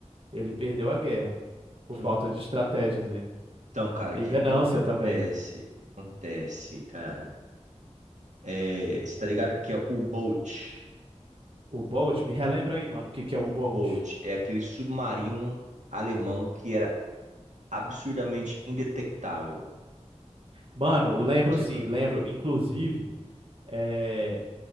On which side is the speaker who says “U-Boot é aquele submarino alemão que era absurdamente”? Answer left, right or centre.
Right